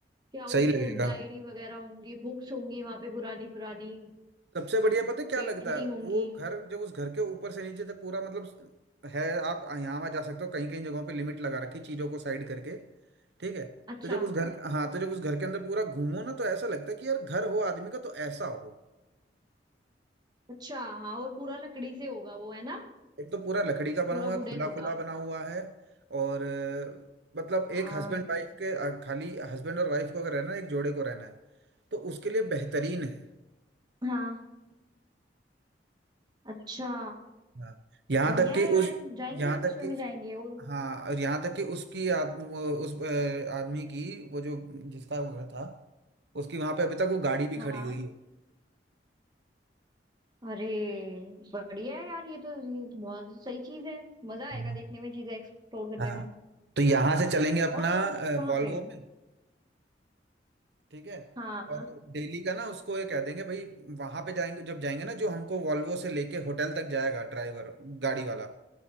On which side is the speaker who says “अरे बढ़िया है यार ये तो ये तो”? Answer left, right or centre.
Right